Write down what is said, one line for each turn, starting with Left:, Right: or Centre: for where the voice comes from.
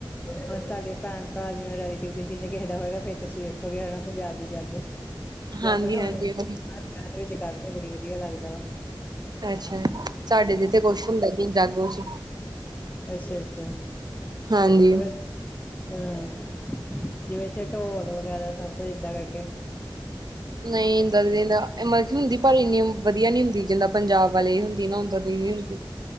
Left: ਹੁਣ ਤੁਹਾਡੇ ਭੈਣ ਭਰਾ ਜਿਵੇਂ ਰੈਲੇਟਿਵ, ਤੁਂ ਜੰਨੇ ਕਿਸੇ ਦਾ ਹੋਏਗਾ ‌। ਫਿਰ ਤੁਸੀਂ ਤੁਸੀਂ ਵੇਖੋਗੇ ਹਨਾ ਨਾ, ਪੰਜਾਬ ਦੀ ਜਾਗੋ। ਜਾਗੋ
Right: ਹਾਂਜੀ
Left: ਤੇ ਹੁਣ
Right: ਹਾਂਜੀ
Left: ਹਰ
Right: ਉਹ ਵੀ
Left: ਵਿਆਹ ਵਿੱਚ ਕਰਦੇ, ਬੜੀ ਵਧੀਆ ਲੱਗਦਾ ਵਾਂ।
Right: ਅੱਛਾ, ਸਾਡੇ ਤੇਥ ਕੁਛ ਹੁੰਦਾ ਨੀ ਜਾਗੋ ਵਿੱਚ।
Left: ਅੱਛਾ ਅੱਛਾ,
Right: ਹਾਂਜੀ
Left: ਹਮ ਜਿਵੇਂ ਇੱਥੇ ਢੋਲ ਵਗੈਰਾ, ਸਭ ਕੁਝ ਏਦਾਂ ਕਰਕੇ।
Right: ਨਹੀਂ ਦੱਸ ਮਤਲਬ ਹੁੰਦੀ, ਪਰ ਇੰਨੀ ਵਧੀਆ ਨੀ ਹੁੰਦੀ ਜਿੰਦਾ, ਪੰਜਾਬ ਵਾਲੇ ਹੁੰ‌। ਦੀਨਾ ਹੁੰਦਾ, ਦੀਵ ਹੁੰਦੀ।